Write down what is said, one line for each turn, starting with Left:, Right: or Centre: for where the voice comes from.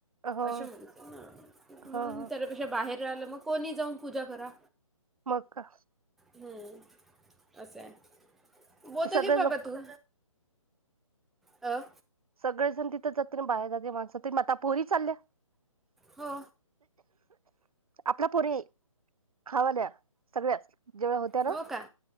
Right: हो
Centre: असे म्हणते म्हणून
Right: हो हो
Centre: त्यापेक्षा बाहेर राहाल मग कोणी जाऊन पूजा करा.
Right: मका.
Centre: हम्म असं हाय
Right: ते
Centre: बोलत
Right: सगळे
Centre: घ बाबा
Right: लोक
Centre: तू अ.
Right: सगळे जण तिथं जाते ना बाहेर जाते माणसात मग आता पोरी चालल्या.
Centre: हो
Right: आपला पोरीे खा वल्या सगळ्याच जेवाय होत्या ना.
Centre: हो का